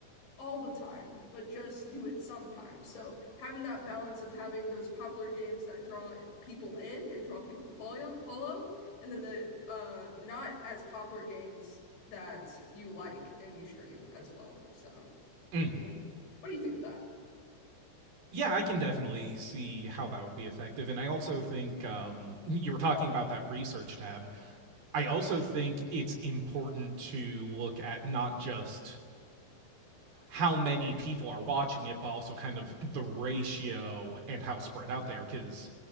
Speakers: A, on the left; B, on the right.
A: all the time, but just do it sometimes. So having that balance of having those popular games that draw people in and draw people to follow, follow, and then the uh, not as popular games that you like and you stream as well. So
B: Mm.
A: yeah, what do you think of that?
B: Yeah, I can definitely see how that would be effective. And I also think um, <laughs> you were talking about that research tab. I also think it's important to look at not just how many people are watching it, but also kind of the ratio and how spread out they are. Because